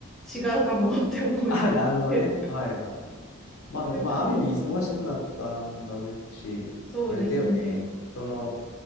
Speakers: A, in the centre; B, on the left.
A: 違うかもって思い出して
B: <laughs> あ、なるほどね。はいはい。まあ、
A: なんか
B: まあ、ある意味忙しくなったんだろうし、
A: そうですね
B: あれだよね。その、